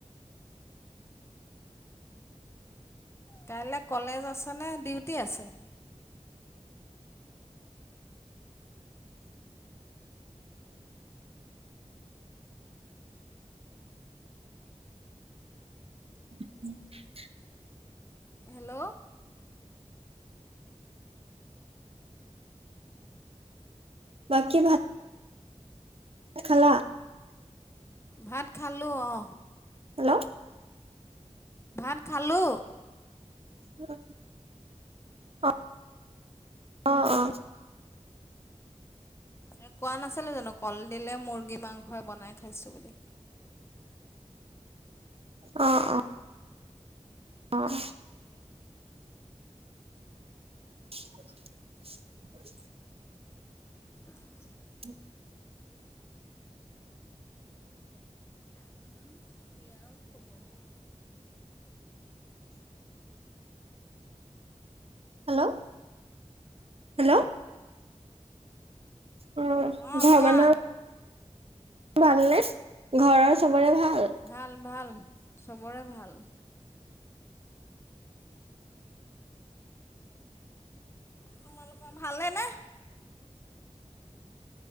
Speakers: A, on the left (about 20°); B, on the right (about 50°).
A: কাইলে কলেজ আছে নে ডিউটি আছে?
B: <inaudible>
A: হেল্ল'?
B: বাকী ভাত খালা?
A: ভাত খালো অ'।
B: হেল্ল'?
A: ভাত খালো।
B: <inaudible> অ অ', অ'।
A: এ, কোৱা নাছিলো জানো কল দিলে, মুৰ্গী মাংসই বনাই খাইছো বুলি।
B: অ', অ'। অ'। <inaudible>
A: <inaudible>
B: <inaudible>
A: <unintelligible>
B: হেল্ল'? হেল্ল? অ',
A: অঁ
B: ঘৰৰ
A: কোৱা
B: মানুহৰ ভালনে, ঘৰৰ চবৰে ভাল?
A: ভাল, ভাল চবৰে ভাল। তোমালোকৰ ভালে নে?